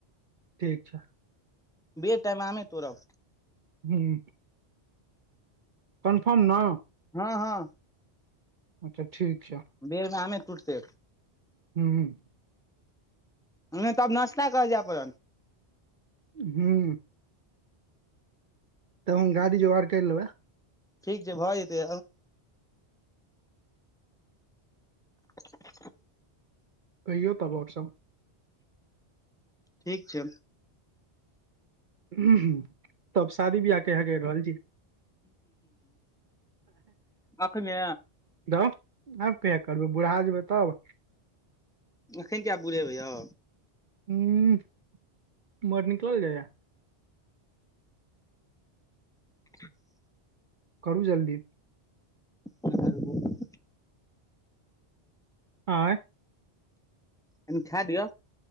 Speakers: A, on the right; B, in the centre.
A: ठीक छै
B: बेर टाइम मे आमें तोरब
A: हुॅं कनफर्म न
B: हँ हँ
A: अच्छा ठीक छै
B: बेरमे आमे टूटते
A: हुॅं
B: हमरा त आब नाश्ता करे जेए पड़त
A: हॅं तब हम गाड़ी जोगाड़ कैर लेबै
B: ठीक छै भऽ जेतै <inaudible>
A: कहियौ तब आओर सब
B: ठीक छै
A: हु हु तब शादी बियाह केहैया कैर रहल छी
B: आखने
A: तब आब कहिया करबै बुरहा जेबै तब
B: एखन किया बूढ़ेबे यौ
A: ह उमर निकलल जैय
B: <inaudible>
A: करू जल्दी
B: कनि
A: आँय
B: कनि खा दिअ